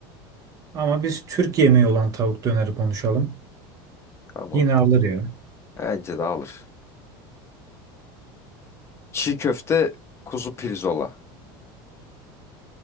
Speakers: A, on the right; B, on the left.
A: Ama biz Türk yemeği olan tavuk döneri konuşalım.
B: Tamam.
A: Yine alır ya.
B: Bence de alır. Çiğ köfte kuzu pirzola.